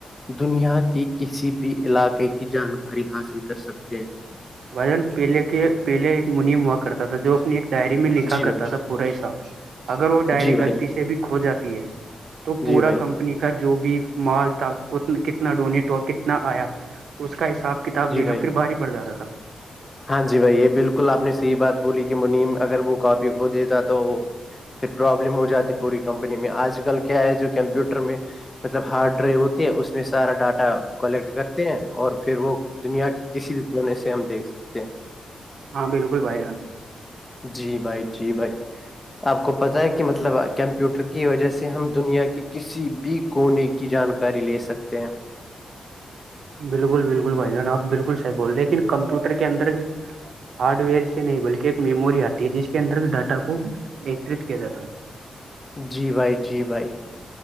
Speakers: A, on the left; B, on the right.
A: دنیا کے کسی بھی علاقے کی جانکاری حاصل کر سکتے ہیں
B: بھجن پہلے کے پہلے ایک منی ہوا کرتا تھا جو اپنی ایک ڈائری میں لکھا
A: جی بھائی
B: کرتا تھا پورا حساب اگر وہ ڈائری
A: جی بھائی
B: غلطی سے بھی کھو جاتی ہے تو پورا
A: جی بھائی
B: کمپنی کا جو بھی مال تھا کتنا ڈونیٹ اور کتنا آیا اس کا حساب کتاب
A: جی
B: لینا
A: بھائی
B: پھر باہر پڑ جاتا تھا
A: ہاں جی بھائی یہ بالکل آپ نے صحیح بات بولی کہ منیم اگر وہ کاپی کھ دیےتا تو پھر پرابلم ہو جاتی پوری کمپنی میں آج کل کیا ہے جو کمپیوٹر میں مطلب ہارڈ ڈرائیو ہوتی ہے اس میں سارا ڈاٹا کلیکٹ کرتے ہیں اور پھر وہ دنیا کے کسی بھی پرونے سے ہم دیکھ سکتے ہیں
B: ہاں بالکل بھائی جان
A: جی بھائی جی بھائی آپ کو پتاہ ہے کہ مطلب کمپیوٹر کی وجہ سے ہم دنیا کی کسی بھی کونے کی جانکاری لے سکتے ہیں
B: بالکل بالکل بھائی جان آپ بالکل صحیح بول رہے ہیں لیکن کمپیوٹر کے اندر ہارڈ ویئر سے نہیں بلکہ ایک میموری آتی ہے جس کے اندر ڈاٹا کو ایکترت کیا جاتا ہے
A: جی بھائی جی بھائی